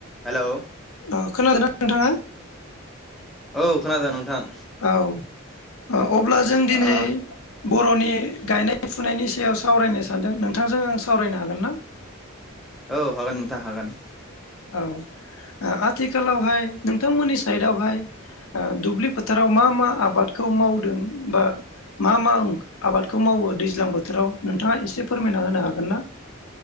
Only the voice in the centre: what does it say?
Hello औ
औ खोनादों नोंथां।
ओ
औ हागोन मोंथां हागोन।